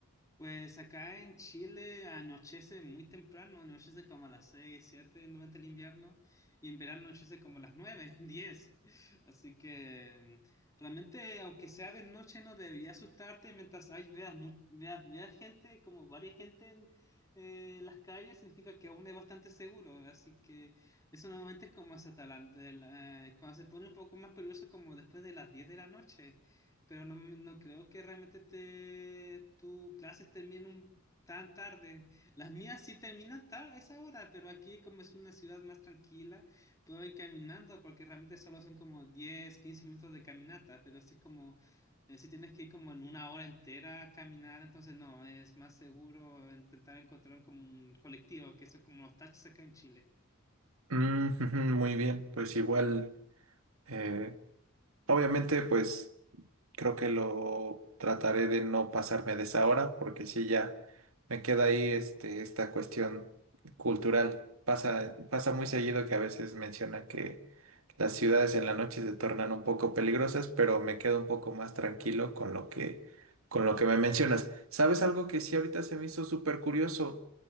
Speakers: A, on the left; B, on the right.
A: Pues acá en Chile anochece muy temprano, anochece como a las 6, 7 durante el invierno y en verano anochece como a las 9, <laughs> 10. Así que mm, realmente, aunque sea de noche, no debería asustarte mientras hay, veas, mu- veas, veas gente, como varias gente en eh, las calles, significa que aún es bastante seguro. Así que eso normalmente es como hasta la- de la- cuando se pone un poco más peligroso, como después de las diez de la noche pero no, me- no creo que realmente te, tus clases terminen un- tan tarde. Las mías sí terminan tarde a esa hora, pero aquí como es una ciudad más tranquila, puedo ir caminando porque realmente solo son como 10 15 minutos de caminata, pero sí es como, eh, si tienes que ir como en una hora entera a caminar, entonces no, es más seguro intentar encontrar como un colectivo, que son como los taxis acá en Chile.
B: Mm, <laughs> muy bien, pues igual, eh, obviamente, pues. Creo que lo trataré de no pasarme de esa hora, porque si ya me queda ahí este, esta cuestión cultural. Pasa, pasa muy seguido que a veces mencionan que las ciudades en la noche se tornan un poco peligrosas, pero me quedo un poco más tranquilo con lo que, con lo que me mencionas. ¿Sabes algo que sí ahorita se me hizo súper curioso?